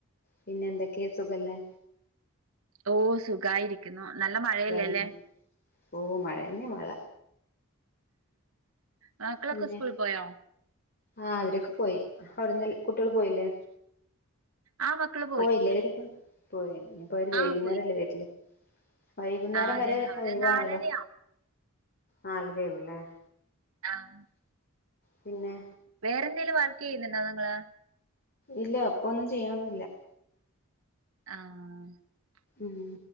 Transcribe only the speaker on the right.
ഓ സുഖായിരിക്കുന്നു നല്ല മഴയല്ലേലെ.
മക്കളൊക്കെ
സ്കൂൾ പോയോ?
ആ മക്കള് പോയി
ആ പോയി
ആ അതെ
അവര്
നാലരയാവും
ആ.
വേറെ എന്തേലും വർക്കെയ്യ്ന്നുണ്ടോ നിങ്ങള്?
ആഹ്.